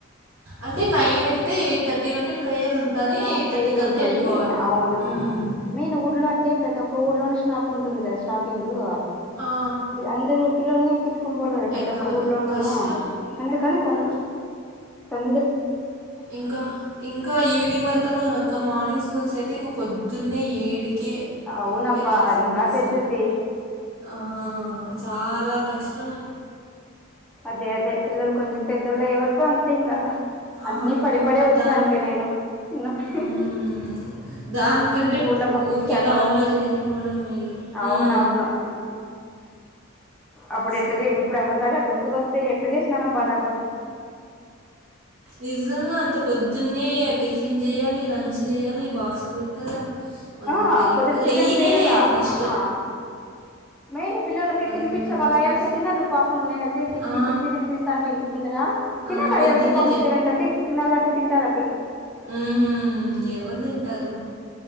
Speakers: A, on the right; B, in the centre.
A: అంటే నైన్ అయితే ఎయిట్ థర్టీ నుండి ప్రేయర్ ఉంటుంది
B: ఆ
A: ఎయిట్
B: ప్రేయిరు
A: థర్టీకి అంతా
B: ఉంటుంది
A: వెళ్ళిపోవాలి
B: అవునవును
A: మ్మ్.
B: మెయిన్ ఊర్లో అంటే ప్రతి ఒక్క ఒక ఊర్లోనే స్టాప్ ఉంటుంది కదా స్టాపింగ్ అ
A: ఆ,
B: అందరుూ పిల్లలని ఎక్కించుకొని పోవాలి కదా ప్రతి
A: ఎక్కాలి
B: ఒక్క ఊర్లోనుూ
A: కష్టం
B: అందుకని తొం తొం
A: ఇంక ఇంకా ఈవినింగ్ వరక్ పక్కనో రక్క మార్నింగ్ స్కూల్స్ అయితే ఇంక పొద్దున్నే ఏడికి కే
B: అవునబ్బా
A: ఎడికే వచ్చేసింది
B: అది ఇంగా
A: బస్సు
B: పెద్దది
A: ఆ చాల కష్టం తొం
B: అదే అదే పిల్లలు కొంచం పెద్దోళ్ళు అయ్యే వరకు అంతే ఇంకా అన్నిీ
A: ఆ,
B: పడిపడే వచ్చినాన్
A: దాని
B: లే నేను చిన్నప్పడి
A: మ్మ్.
B: నుంచి
A: దానికంటే
B: ఊర్ల పంపిించాను
A: ఊరికే టౌన్లో చేరిపోవడం మేలు
B: అవునవును
A: మ్మ్.
B: అప్పుడు
A: అసలు
B: ఎట్ల చే ఇప్పుడు ఒక్కసారి గుర్తుకొస్తే ఎట్ల చేసినాను బాడ
A: నిజంగ అంత పొద్దున్నే టిఫిన్ చెయ్యాలి లంచ్ చేయాలి బాక్సులు కట్టాలా వాళ్ళని
B: ఆ
A: లేపాలె
B: పొద్దున టిఫిన్
A: ఈయనే
B: చెయ్యాలా
A: లేరు ఫస్ట్
B: ఆ మెయిన్ పిల్లలకి
A: వాళ్ళని
B: తినిించి
A: రెడీ
B: వాళ్ళ అయళ్ళకి
A: జేసి
B: తిన్నారు పాపం నేనైతే తిప్పి
A: ఆ!
B: తిప్పి తినిపిస్తాంటే ఇంటి ముందుర తినాల
A: అంత పొద్దున్నే
B: ఇయాలకకి పం సెవెన్ థర్టి కి తినాలంటే తింటార
A: ఉహు ఎవరు తింటారు